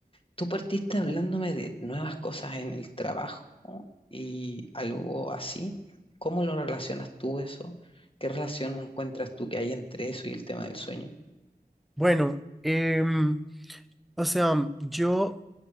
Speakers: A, on the left (about 35°); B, in the centre.
A: Tú partiste hablándome de nuevas cosas en el trabajo ¿no? y algo así. ¿Cómo lo relacionas tú eso? ¿Qué relación encuentras tú que hay entre eso y el tema del sueño?
B: Bueno, em, o sea, yo